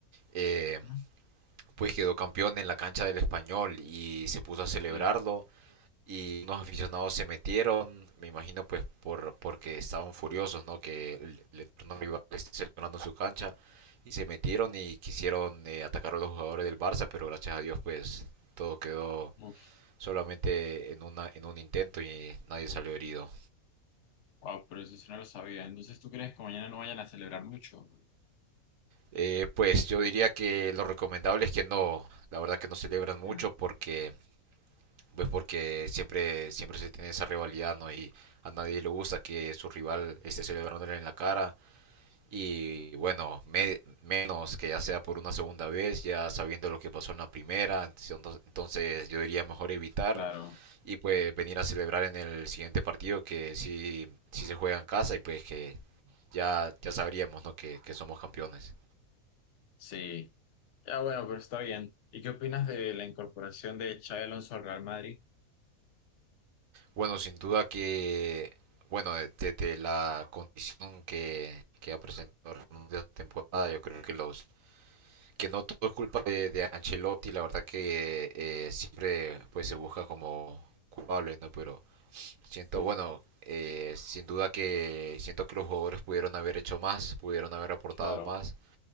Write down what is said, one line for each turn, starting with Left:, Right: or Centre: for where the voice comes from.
Right: eh,
Left: Ajá.
Right: pues quedó campeón en la cancha del Español y se puso a celebrarlo
Left: Sí.
Right: y unos aficionados se metieron, me imagino pues por porque estaban furiosos, ¿no? Que el, el eterno rival esté celebrando en su cancha y se metieron y quisieron eh, atacar a los jugadores del Barça, pero gracias a Dios pues todo quedó
Left: Uf,
Right: solamente en una en un intento y nadie salió herido.
Left: wow, pero eso sí no lo sabía. Entonces, ¿tú crees que mañana no vayan a celebrar mucho?
Right: Eh, pues yo diría que lo recomendable es que no, la verdad que no celebran mucho
Left: Mm,
Right: porque pues porque siempre siempre se tiene esa rivalidad, ¿no? Y a nadie le gusta que su rival esté celebrándole en la cara Y bueno, me- menos que ya sea por una segunda vez, ya sabiendo lo que pasó en la primera, entonces entonces yo diría mejor evitar
Left: claro.
Right: y pues venir a celebrar en el siguiente partido que sí, sí se juega en casa y pues que ya, ya sabríamos, ¿no? que, que somos campeones.
Left: Sí. Ya bueno, pero está bien. ¿Y qué opinas de la incorporación de Xavi Alonso al Real Madrid?
Right: Bueno, sin duda que, bueno, de- desde la condición que, que ha presentado esta temporada, yo creo que los que no todo es culpa de, de Ancelotti, la verdad que eh, siempre pues se busca como culpable, ¿no? Pero siento,
Left: Sí,
Right: bueno, eh, sin duda que siento que los jugadores pudieron haber hecho más, pudieron haber aportado
Left: claro.
Right: más.